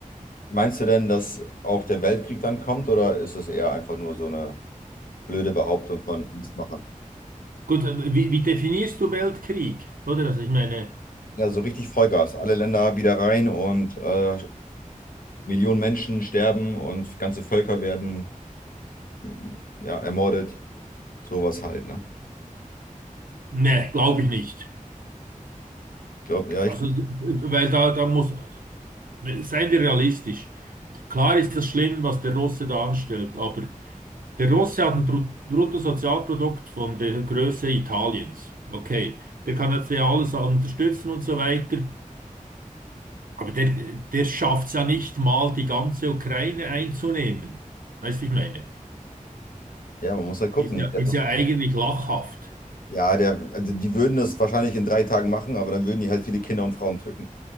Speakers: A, on the left (about 80°); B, on the right (about 80°).
A: meinst du denn, dass auch der Weltkrieg dann kommt oder ist es eher einfach nur so eine blöde Behauptung von Angstmachern?
B: Gut, äh, wie, wie definierst du Weltkrieg? Oder? Also ich meine,
A: Ja, so richtig Vollgas. Alle Länder wieder rein und äh, Millionen Menschen sterben und ganze Völker werden hm, ja, ermordet. Sowas halt, ne?
B: ne, glaube ich nicht.
A: Ich glaube, ja,
B: Also,
A: ich,
B: d- weil da, da muss, ne, seien wir realistisch. Klar ist das schlimm, was der Russe da anstellt, aber der Russe hat ein Brut- Bruttosozialprodukt von der Größe Italiens. Okay, der kann jetzt ja alles unterstützen und so weiter, aber der, der schafft es ja nicht mal, die ganze Ukraine einzunehmen. Weißt du, ich meine,
A: ja, man muss halt gucken.
B: ist ja,
A: ne? Der
B: ist
A: Versuch,
B: ja eigentlich lachhaft.
A: ja, der, also die würden das wahrscheinlich in drei Tagen machen, aber dann würden die halt viele Kinder und Frauen töten.